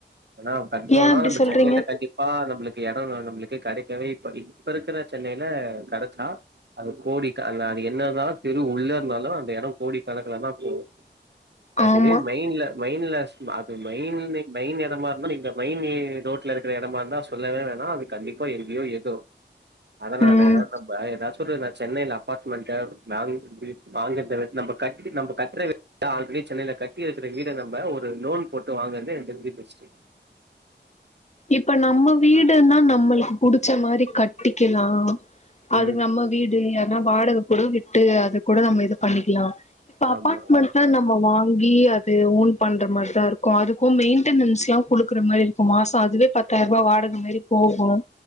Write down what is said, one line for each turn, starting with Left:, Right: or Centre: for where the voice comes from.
Right: ஆனா கட்றோண்னா
Left: ஏன் அப்டி
Right: நம்ம
Left: சொல்றீங்க
Right: சென்னைல கண்டிப்பா நம்மளுக்கு எடோம் நம்மளுக்கு கெடைக்கவே இப்படி இப்ப இருக்கற சென்னைல கெடச்சா அது ஒரு கோடி க அ அது என்னதா தெரு உள்ள இருந்தாலும் அந்த எடோம் கோடி கணக்கில தான் போவும் அதுவே
Left: ஆமா
Right: மெயின்ல மெயின்ல அது மெயின் மெயின் எடமா இருந்தா மெயின் ரோட்ல இருக்கற எடமா இருந்தா சொல்லவே வேணா அது கண்டிப்பா இருக்கியோ எதோ அதனால
Left: ம்
Right: நம்ம எதாச்சி ஒரு சென்னைல அப்பார்ட்மெண்ட்டு வாங்கி வாங்றத விட்டு நமக் கட்டிட்டு நம்ம கட்ற விட ஆல்ரெடி சென்னைல கட்டி வச்சிருக்கிற வீட நம்ம ஒரு லோன் போட்டு வாங்றது எனக்கு தெரிஞ்சி பெஸ்ட்டு
Left: இப்ப நம்ம வீடுனா நம்மளுக்கு புடிச்ச மாரி கட்டிக்கலாம் அது
Right: ம்
Left: நம்ம வீடு ஏனா வாடகை கூட விட்டு அது கூட நம்ம இது பண்ணிக்கலாம் இப்ப அபார்ட்மெண்ட்
Right: ஆமா
Left: நம்ம வாங்கி அது ஓன் பண்ற மாதிரி தான் இருக்கும் அதுக்கும் மெயின்டெனன்ஸ் எல்லா கொடுக்குற மாரி இருக்கும் மாச அதுவே பத்தாயிரம் ரூபாய் வாடகை மாரி போகும்